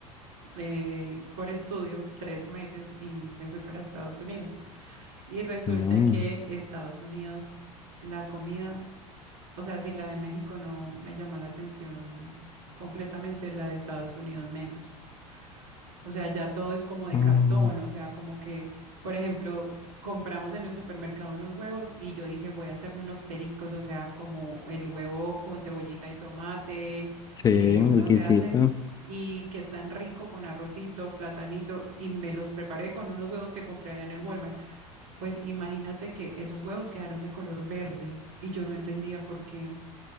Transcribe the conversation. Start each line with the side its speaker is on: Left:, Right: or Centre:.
Right: eh, por estudio tres meses y me fui para Estados Unidos. Y resulta
Left: Mm,
Right: que Estados Unidos, la comida, o sea, si la de México no me llamó la atención completamente, la de Estados Unidos menos. O sea, ya todo es como de
Left: mm.
Right: cartón, o sea, como que, por ejemplo, compramos en el supermercado unos huevos y yo dije, voy a hacerme unos pericos, o sea, como el huevo con cebollita y tomate
Left: Sí,
Right: que
Left: un
Right: uno
Left: exquisito.
Right: se hace y que es tan rico con arrocito, platanito y me los preparé con unos huevos que compré allá en el Walmart. Pues imagínate que esos huevos quedaron de color verde y yo no entendía por qué